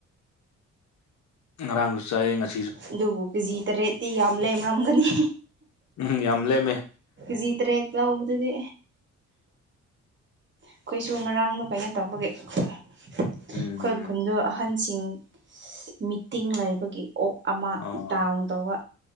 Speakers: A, on the left; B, on the right.
A: ꯉꯔꯥꯡꯁꯨ ꯆꯥꯏꯌꯦ ꯉꯁꯤ
B: ꯑꯗꯨꯕꯨ ꯀꯦꯖꯤ ꯇꯔꯦꯠꯇꯤ ꯌꯥꯝ ꯂꯩꯔꯝꯒꯅꯤ
A: ꯎꯝ ꯌꯥꯝ ꯂꯦꯝꯃꯦ
B: ꯖꯤꯇ꯭ꯔꯦꯠ ꯂꯩꯕꯗꯨꯗꯤ ꯑꯩꯈꯣꯏꯁꯨ ꯉꯔꯥꯡꯅ ꯀꯥꯏꯩꯅ ꯇꯧꯕꯒꯤ ꯑꯩꯈꯣꯏ
A: ꯎꯝ
B: ꯈꯨꯟꯗꯣ ꯑꯍꯟꯁꯤꯡ ꯃꯤꯇꯤꯡ ꯂꯩꯕꯒꯤ ꯑꯣꯛ ꯑꯃ
A: ꯑꯣ
B: ꯗꯥꯎꯟꯇꯧꯕ꯫